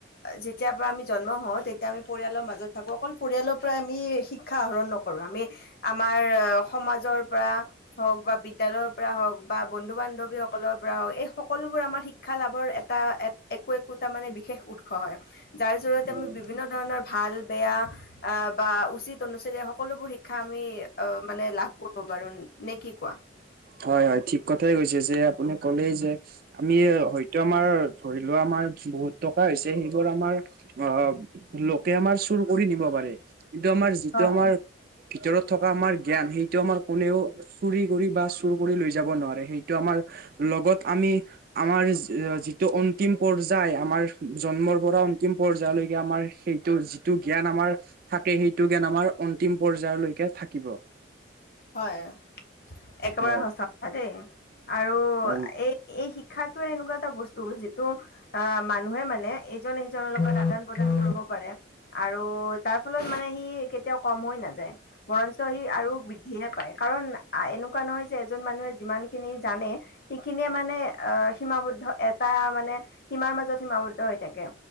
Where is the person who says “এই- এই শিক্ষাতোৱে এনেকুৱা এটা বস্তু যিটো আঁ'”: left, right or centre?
Left